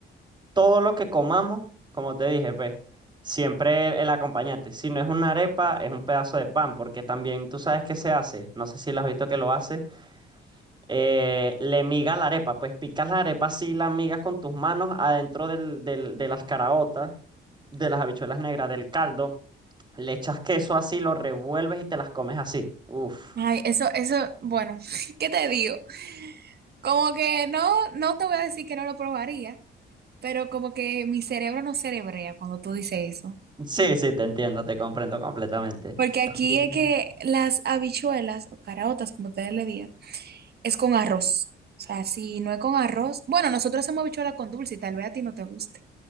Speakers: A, on the right; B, on the right.
A: todo lo que comamos, como te dije, pues siempre el, el acompañante. Si no es una arepa, es un pedazo de pan, porque también tú sabes qué se hace, no sé si lo has visto que lo hace, eh, le miga la arepa, pues picas la arepa así, la migas con tus manos adentro del, del- de las caraotas, de las habichuelas negras, del caldo, le echas queso así, lo revuelves y te las comes así. Uf.
B: Ay, eso, eso, bueno, <laughs> ¿qué te digo? Como que no, no te voy a decir que no lo probaría, pero como que mi cerebro no cerebrea cuando tú dices eso.
A: Sí, sí, te entiendo, te comprendo completamente.
B: Porque aquí
A: También.
B: es que las habichuelas o caraotas, como ustedes le digan, es con arroz. O sea, si no es con arroz, bueno, nosotros hacemos habichuela con dulce y tal vez a ti no te guste